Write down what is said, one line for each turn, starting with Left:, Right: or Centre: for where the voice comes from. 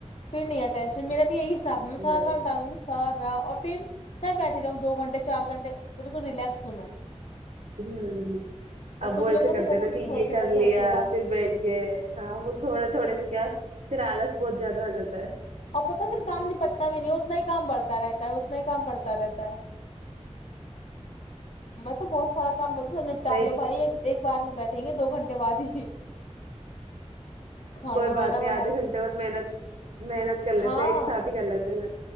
Left: پھر نہیں ٹینشن میر بھی یہی <unintelligible> ساب میں سارا
Right: رائٹ
Left: کم ڈالوں گی سارا <unintelligible> اور پھر <unintelligible> سب بیٹھی ہی رہا ہوں دو گھنٹے چار گھنٹے <unintelligible> پ تو رس ہوم میں <unintelligible>
Right: ہ
Left: اور
Right: اب
Left: کچھ
Right: وہ ایسے
Left: لوگ کیسے
Right: کرتے نا
Left: ہیں
Right: کہ
Left: تھوڑا
Right: یہ
Left: تھوڑا
Right: کر
Left: تھوڑا
Right: لیا
Left: تھوڑا
Right: پھر بیٹھ کے ہاں وہ تھوڑے تھوڑے پ کیا پھر آالچ <unintelligible> بہت زیادہ آ جاتا ہے <unintelligible>
Left: اور پتا پھر کام نپٹتا بھی نہیں اتنا ہی کام بڑھتا رہتا ہے اتنا ہی کام پڑتا رہتا ہے میں تو بہت سارا <unintelligible> کام بول نپٹا
Right: صحیح
Left: لو بھائی ایک <unintelligible> بار ہی بیٹھیں گے دو گھنٹے بعد ہی <unintelligible> کھانا
Right: کوئی
Left: وانا
Right: بات نہیں
Left: بنا
Right: آدھے
Left: کے
Right: گھنٹے اور محنت محنت <unintelligible> کر لیتے
Left: ہاں
Right: ہیں ایک ساتھ ہی کر لیتے <unintelligible> <unintelligible>